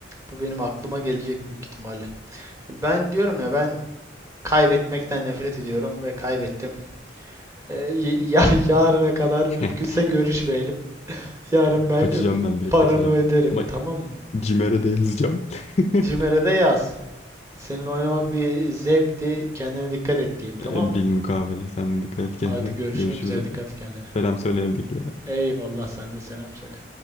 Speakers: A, on the right; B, on the left.
A: bu benim aklıma gelecek büyük ihtimalle. Ben diyorum ya ben kaybetmekten nefret ediyorum ve kaybettim. Ee, y- <laughs> ya yarına kadar
B: <laughs>
A: mümkünse görüşmeyelim. Yarın ben
B: Kaçacağım
A: e,
B: ben direkt
A: paramı
B: kaçacağım.
A: öderim,
B: Ama
A: tamam mı?
B: Cimer'e de yazacağım. <laughs>
A: Cimer'e de yaz. Seninle oynamak bir zevkti. Kendine dikkat et diyeyim,
B: E,
A: tamam mı?
B: Bil mukabele. Sen de dikkat
A: Hadi
B: et kendine.
A: görüşmek
B: Görüşürüz
A: üzere,
B: hadi.
A: dikkat et kendine.
B: Selam söyle evdekilere.
A: Eyvallah, sen de selam söyle.